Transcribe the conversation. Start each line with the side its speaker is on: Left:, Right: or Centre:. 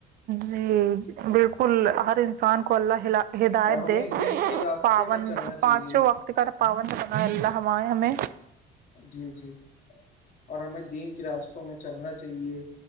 Right: جی بالکل ہر انسان کو اللہ ہدایت
Left: اور ہمیں
Right: دے
Left: دین کے راستے
Right: پاون
Left: میں چلنا چاہیے
Right: پانچو وقت کا پابند بنائیں اللہ ہمیں
Left: جی جی اور ہمیں دین کے راستوں میں چلنا چاہیے